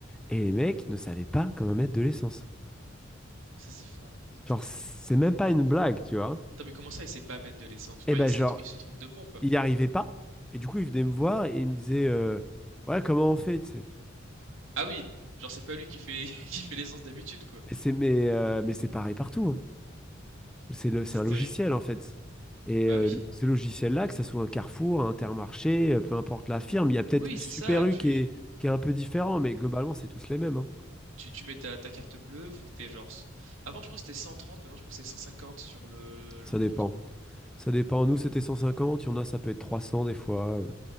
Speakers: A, in the centre; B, on the right.
A: et les mecs ne savaient pas comment mettre de l'essence.
B: Ça, c'est fort, c'est
A: Genre,
B: très fort.
A: c'est même pas une blague, tu vois.
B: Attends, mais comment ça, il sait pas mettre de l'essence? Enfin,
A: Et ben,
B: il se,
A: genre,
B: tr- il se trompe de pompe.
A: il n'y arrivait pas. Et du coup, il venait me voir et il me disait, euh, ouais, comment on fait, tu sais.
B: Ah oui, genre c'est pas lui qui fait <laughs> qui fait l'essence d'habitude, quoi.
A: Mais c'est mais, euh, mais c'est pareil partout. hein. C'est le- c'est
B: C'est
A: un logiciel
B: terrible.
A: en fait. Et
B: Bah
A: euh,
B: oui,
A: ce logiciel-là, que ce soit un Carrefour, un Intermarché, euh, peu importe la firme, il y a peut-être
B: oui,
A: Super
B: c'est ça.
A: U
B: Tu,
A: qui est, qui est un peu différent, mais globalement, c'est tous les mêmes. hein.
B: tu, tu mets ta, ta carte bleue, faut que t'aies genre. c- Avant, je crois que c'était 130, maintenant je crois que c'est 150 sur le, le
A: Ça
B: compte.
A: dépend. Ça dépend. Nous, c'était 150 il y en a, ça peut être 300 des fois. euh.